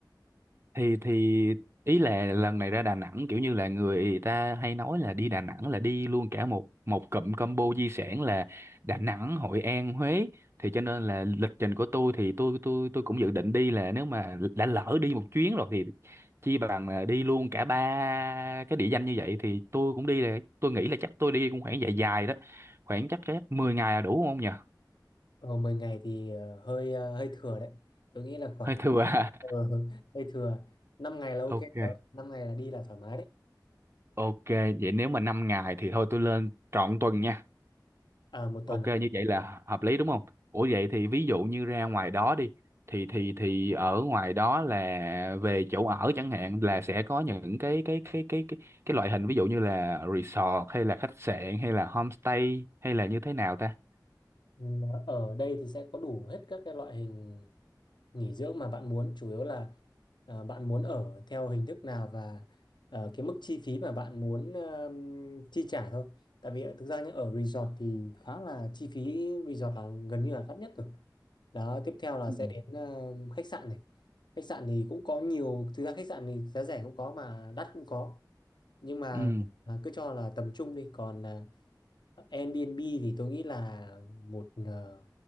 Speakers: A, on the right; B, on the left.
A: thì thì ý là lần này ra Đà Nẵng kiểu như là người ta hay nói là đi Đà Nẵng là đi luôn cả một một cụm combo di sản là Đà Nẵng, Hội An, Huế thì cho nên là lịch trình của tôi thì tôi tôi tôi cũng dự định đi là nếu mà đã lỡ đi một chuyến rồi thì chi bằng là đi luôn cả ba cái địa danh như vậy thì tôi cũng đi là tôi nghĩ là chắc tôi đi cũng khoảng dài dài đó khoảng chắc chắc 10 ngày là đủ không nhỉ
B: Ờ, mười ngày thì ờ, hơi ờ, hơi thừa đấy. Tôi nghĩ là khoảng
A: hơi thừa à?
B: ờ, <laughs> hơi thừa. năm ngày là ok
A: <laughs> ok
B: rồi. năm ngày là đi là thoải mái đấy.
A: ok vậy nếu mà 5 ngày thì thôi tôi lên trọn tuần nha
B: À, một
A: Ok
B: tuần.
A: như vậy là hợp lý đúng không? Ủa vậy thì ví dụ như ra ngoài đó đi thì thì thì ở ngoài đó là về chỗ ở chẳng hạn là sẽ có những cái cái cái cái cái cái loại hình ví dụ như là resort hay là khách sạn hay là homestay hay là như thế nào ta?
B: Ừ, Ở đây thì sẽ có đủ hết các cái loại hình nghỉ dưỡng mà bạn muốn chủ yếu là ờ, bạn muốn ở theo hình thức nào và ờ, cái mức chi phí mà bạn muốn ờm, chi trả thôi tại vì thực ra nhé ở resort thì khá là chi phí resort là gần như là đắt nhất rồi đó tiếp theo là
A: Ừ.
B: sẽ đến ờ, khách sạn này khách sạn thì cũng có nhiều thực ra khách sạn thì giá rẻ cũng có mà đắt cũng có nhưng mà
A: Ừ.
B: à, cứ cho là tầm trung đi còn à, Airbnb thì tôi nghĩ là một ờ,